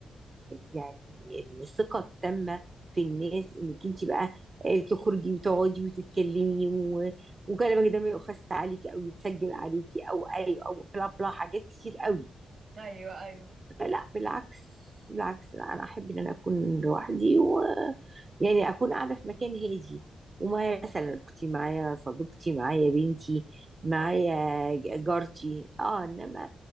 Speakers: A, on the right; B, on the right.
A: يعني الثقه التامه في الناس انك انت بقى آه، تخرجي وتقعدي وتتكلمي و- وكلامك ده ما يؤخذش عليكي او يتسجل عليكي او اي او بلا بلا حاجات كتير قوي
B: ايوه ايوه
A: لا بالعكس بالعكس لا انا احب ان انا اكون لوحدي و يعني اكون قاعده في مكان هادي ومعايا مثلا اختي معايا صديقتي معايا بنتي معايا
B: ايوه
A: ج- جارتي اه انما